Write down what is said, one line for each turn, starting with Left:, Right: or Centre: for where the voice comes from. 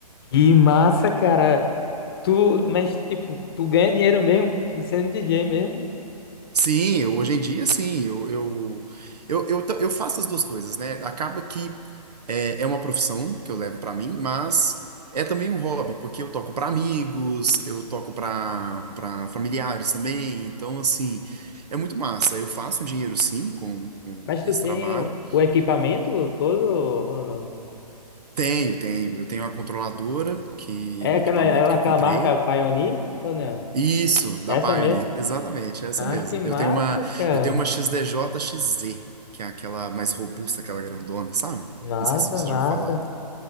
Left: e massa, cara. Tu, mas tipo, tu ganha dinheiro mesmo, tu sendo DJ mesmo.
Right: Sim, eu- hoje em dia, sim. Eu, eu, eu, eu, ta- eu faço as duas coisas, né? Acaba que é, é uma profissão que eu levo pra mim, mas é também um hobby, porque eu toco pra amigos, eu toco pra para familiares também. Então, assim, é muito massa. Eu faço dinheiro, sim, com, com
Left: Mas
Right: esse
Left: tu tem
Right: trabalho.
Left: o equipamento todo ou não?
Right: Tenho, tenho. Eu tenho a controladora, que
Left: É
Right: é o
Left: aquela,
Right: equipamento
Left: é
Right: que
Left: aquela
Right: eu comprei.
Left: marca Pioneer ou não?
Right: Isso, da
Left: Essa
Right: Pioneer,
Left: mesmo?
Right: exatamente, é essa
Left: Ah,
Right: mesmo.
Left: que massa,
Right: Eu tenho uma,
Left: cara.
Right: eu tenho uma XDJ-XZ, que é aquela mais robusta, aquela grandona, sabe?
Left: Massa,
Right: Não sei se você
Left: massa.
Right: já ouviu falar.